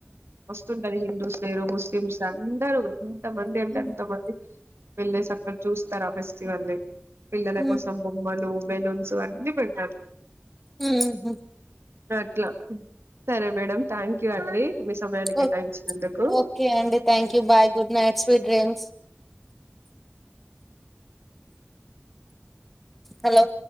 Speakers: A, on the right; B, in the centre.
A: వస్తుండ అది హిందూ మీరు ముస్లిమ్స్ అందరూ ఎంత మంది అంటే
B: ఉమ్,
A: ఎంత మంది వెళ్ళేసి అక్కడ చూస్తారు ఆ ఫెస్టివల్ ని పిల్లల
B: ఉమ్,
A: కోసం బొమ్మలు బెలూన్స్ అన్ని పెడతారు
B: ఉహుమ్
A: అట్లా సరే మేడం థ్యాంక్ యూ అండి మీ సమయాన్ని కేటాయించినందుకు
B: ఓ ఓకే అండి thank you bye good night sweet dreams hello